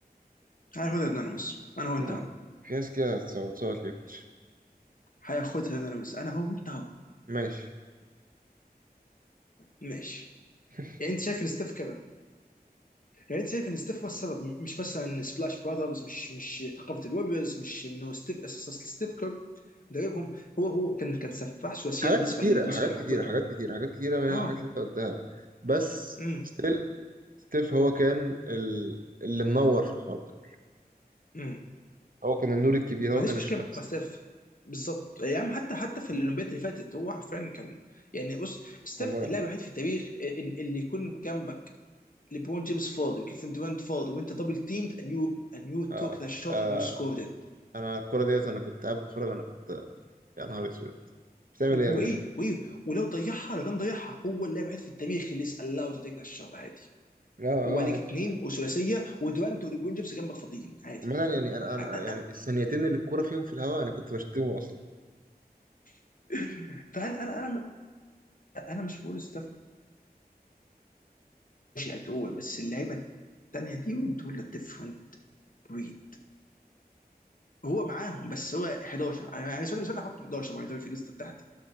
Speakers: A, on the left; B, on the right.
A: هياخدها انونيمس انا وانت
B: ما-
A: أهو.
B: في ناس كده هتصوت صوت ليكتش
A: هياخدها انا بس انا هو انت اهو
B: ماشي
A: ماشي
B: <laughs>
A: يعني انت شايف ان ستيف كده يعني انت شايف ان ستيف هو السبب م- مش بس ان سبلاش براذرز مش مش ثقافه الويبرز مش انه ستيف اساسا ستيف كير مدربهم هو هو كان كان سفاح ثلاثيات
B: حاجات
A: بالنسبه
B: كتيرة
A: بالنسبه
B: حاجات
A: لحقبته
B: كتيرة حاجات كتيرة حاجات كتيرة منها
A: اه
B: حاجات اللي انت قلتها بس
A: امم
B: ستيل ستيف هو كان ال... اللي منور في الحوار ده كله
A: امم
B: هو كان النور الكبير
A: ما
B: هو
A: عنديش
B: كان
A: مشكله
B: الشمس
A: مع ستيف بالظبط يا عم حتى حتى في الاولمبياد اللي فاتت هو حرفيا كان يعني بص ستيف
B: كان مرعب
A: اللاعب الوحيد في التاريخ آه، ال- اللي يكون جنبك ليبرون جيمس فاضي وكيفن دورانت فاضي وانت دبل تيمد and you and you
B: آه.
A: took the shot
B: آه.
A: and you scored it
B: انا الكرة ديت انا كنت قاعد بتفرج انا كنت يا نهار اسود بتعمل
A: و-
B: ايه يا مان؟
A: وايه وايه ولو ضيعها لو كان ضيعها هو اللاعب الوحيد في التاريخ اللي is allowed to take the shot عادي
B: لا اه
A: وعليك
B: عادي
A: اثنين وثلاثيه ودورانت وليبرون جيمس جنبك فاضيين عادي
B: عامة يعني انا انا
A: <laughs>
B: يعني الثانيتين اللي الكورة فيهم في الهواء انا كنت بشتمه اصلا
A: <applause> فانا انا انا انا مش بقول ستاف ماشي اتقول بس اللعيبه الثانيه دي دول ديفرنت بريد هو معاهم بس هو 11 انا بالنسبه لي مش انا حاطه 11 باي ذا في الليست بتاعتي